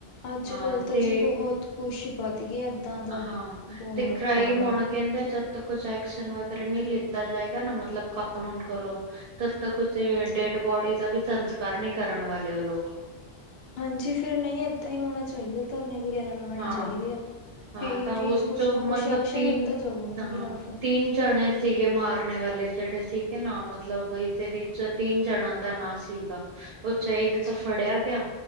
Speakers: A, on the left (about 75°); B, on the right (about 65°).
A: ਅੱਜ-
B: ਹਾਂ
A: ਕੱਲ੍ਹ ਤਾਂ
B: ਤੇ
A: ਜੀ, ਬਹੁਤ ਕੁਛ ਵੱਧ ਗਿਆ, ਏਦਾਂ ਦਾ
B: ਹਾਂ
A: ਬਹੁਤ
B: ਤੇ ਕ੍ਰਾਈਮ
A: ਜ਼ਿਆਦਾ।
B: ਹੁਣ ਕਹਿੰਦੇ, ਜਦ ਤੱਕ ਕੁਛ ਐਕਸ਼ਨ ਵਗੈਰਾ ਨਹੀਂ ਲਿੱਤਾ ਜਾਏਗਾ, ਨਾ ਮਤਲਬ ਕਾਨੂੰਨ ਕੋਲੋਂ। ਤਦ -ਤੱਕ
A: ਹਾਂਜੀ
B: ਡੈਡ ਬੋਡੀ ਦਾ ਵੀ, ਸੰਸਕਾਰ ਨਹੀਂ ਕਰਨ ਵਾਲੇ ਉਹ ਲੋਕ
A: ਹਾਂਜੀ, ਫਿਰ ਨਹੀਂ ਏਦਾਂ ਹੀ ਹੋਣਾ ਚਾਹੀਦਾ, ਧਰਨੇ ਵਗੈਰਾ ਲਾਉਣੇ
B: ਹਾਂ
A: ਚਾਹੀਦੇ ਆ।
B: ਹਾਂ
A: ਫੇਰ
B: ਤਾਂ ਉਸ
A: ਹੀ, ਕੁਛ
B: ਚੋਂ
A: ਨਾ
B: ਮਤਲਬ
A: ਕੁਛ ਐਕਸ਼ਨ
B: ਤਿੰਨ
A: ਲਤਾ ਜਾਊ, ਉਹਨਾਂ
B: ਹਾਂ
A: ਖਿਲਾਫ਼।
B: ਤਿੰਨ ਜਣੇ ਸੀਗੇ, ਮਾਰਨੇ ਵਾਲੇ ਜਿਹੜੇ ਸੀਗੇ, ਨਾ ਮਤਲਬ ਇਸੇ ਵਿੱਚ ਤਿੰਨ ਜਣ ਦਾ ਨਾਂ ਸੀਗਾ। ਉੱਚਾ ਇੱਕ
A: ਅੱਛਾ
B: ਤਾਂ ਫੜਿਆ
A: ਜੀ
B: ਗਿਆ,